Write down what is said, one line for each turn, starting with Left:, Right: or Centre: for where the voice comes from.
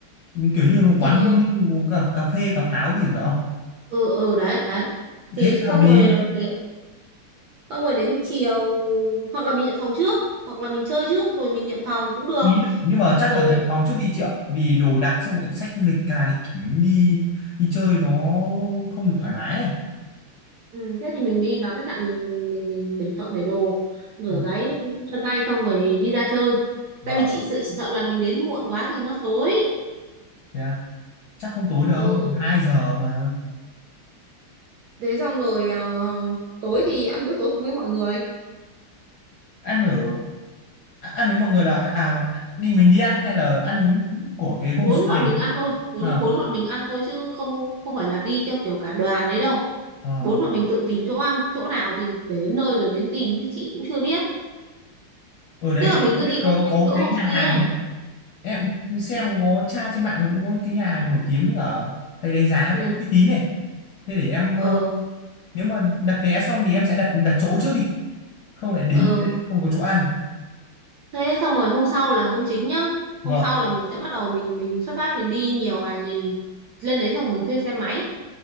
Left: kiểu như là quán
Right: thì ờ,
Left: như cà, cà phê cà pháo gì phải không
Right: ừ ừ đấy đấy thì
Left: thế thì hợp
Right: xong
Left: lý
Right: rồi ờ, đến xong rồi đến chiều hoặc là mình nhận phòng trước hoặc là mình chơi trước rồi mình nhận phòng cũng được
Left: ý nhưng mà chắc
Right: rồi
Left: là nhận phòng trước đi chị ạ vì đồ đạc xong rồi sách lịch cà lịch kính đi đi chơi nó không được thoải mái ấy
Right: ừ, thế thì mình đi vào khách sạn mình mình mình để phợ để đồ rửa
Left: ừ.
Right: ráy chân tay xong rồi đi ra chơi
Left: vâng
Right: tại vì chị sợ chỉ sợ là mình đến muộn quá thì nó tối
Left: thế à? chắc không tối đâu
Right: ừ
Left: 2 giờ mà
Right: thế xong rồi ờ, tối thì ăn bữa tối cùng với mọi người
Left: ăn ở à, ăn với mọi người là à đi mình đi ăn hay là ăn của cái homestay
Right: bốn bọn mình
Left: đấy
Right: ăn thôi bốn
Left: à,
Right: bốn bọn mình ăn thôi chứ không không phải là đi theo kiểu cả đoàn đấy đâu
Left: à.
Right: bốn bọn mình tự tìm chỗ ăn chỗ nào thì đến nơi rồi đến tìm chứ chị cũng chưa biết
Left: ở đấy
Right: tức là
Left: em
Right: mình cứ
Left: biết
Right: đi
Left: có
Right: quanh quanh
Left: có
Right: chỗ
Left: cái
Right: homestay
Left: nhà hàng
Right: ấy
Left: ấy em xem có tra trên mạng có cái nhà hàng nổi tiếng với cả thầy đánh giá
Right: ừ
Left: cũng uy tín này thế để em
Right: ờ
Left: ờ, nếu mà đặt vé xong thì em sẽ đặt đặt chỗ trước đi không lại đến
Right: ờ
Left: hôm đấy lại không có chỗ ăn
Right: thế xong rồi hôm sau là hôm chính nhá
Left: vâng
Right: hôm sau là mình sẽ bắt đầu mình mình xuất phát mình đi nhiều này thì lên đấy xong mình thuê xe máy